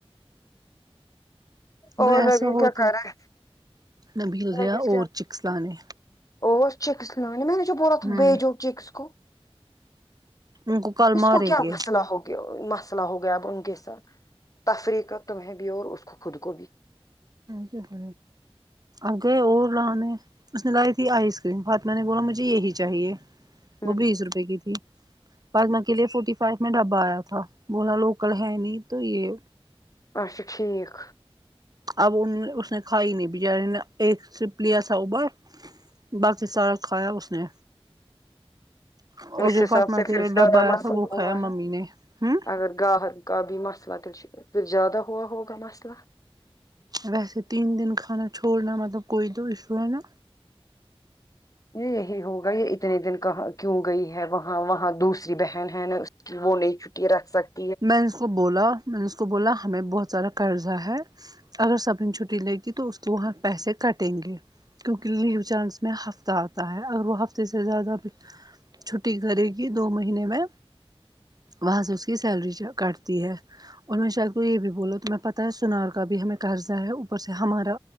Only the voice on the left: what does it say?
اور
لگے کیا
کر رہا
ہے
لگے کیا
اور چکس لانے میں نے جو بولا تھا
بیجو چکس کو
اس
کو کیا
مسئلہ ہوگا مسئلہ ہو گیا اب ان کے ساتھ تفریح کا تمہیں بھی اور اس کو خود کو بھی
ہوں
اچھا ٹھیک
<inaudible>
اس
حساب
سے
پھر
زیادہ
مسند
ہوا
ہے
اگر گاہر کاب بھی مسئلہ تو پھر زیادہ ہوا ہوگا نا مسئلہ
یہ یہی ہوگا یہ اتنے دن کہاں کیوں گئی ہے وہاں وہاں دوسری بہن ہے نا کہ وہ نہیں چھٹی رکھ سکتے